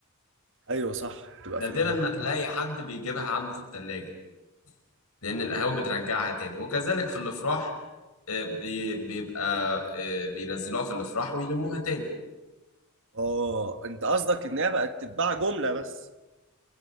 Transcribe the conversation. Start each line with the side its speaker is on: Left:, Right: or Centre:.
Right: ايوه صح تبقى
Left: نادرا
Right: في القهوه
Left: ما تلاقي حد بيجيبها عنده في التلاجة لان القهاوي بترجعها تاني وكذلك في الافراح آه، بي- بيبقى آه، بينزلوها في الافراح ويلموها تاني
Right: اه انت قصدك ان هي بقت تتباع جمله بس